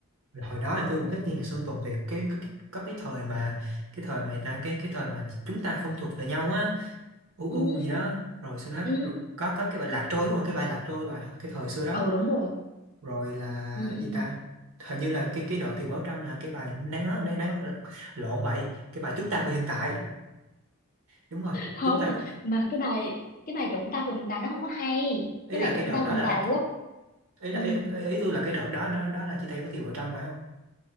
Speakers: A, on the right; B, on the left.
A: Là hồi đó thì tôi cũng thích nghe nhạc Sơn Tùng thì cái cái cái có cái thời mà cái thời mà người ta cái cái thời mà chúng ta không thuộc về nhau á u
B: ừ
A: u gì đó rồi sau đó
B: ừ
A: rồi có có cái bài Lạc Trôi đúng rồi cái bài Lạc Trôi bài cái thời xưa đó
B: ừ đúng rồi
A: rồi là
B: ừ
A: gì
B: ừ
A: ta hình như là cái cái đợt thì Bảo Trâm là cái bài nắng nắng, nắng lộn bậy cái bài chúng ta của hiện tại đúng rồi
B: không
A: chúng ta
B: mà cái bài cái bài chúng ta của hiện tại nó không có hay
A: ý
B: cái
A: là
B: bài chúng
A: cái đợt
B: ta
A: đó
B: của hiện
A: là
B: tại là lúc
A: ý là
B: ừ,
A: ý, ý, ý tôi là cái đợt đó đó đó là chia tay với Thì Bảo Trâm phải không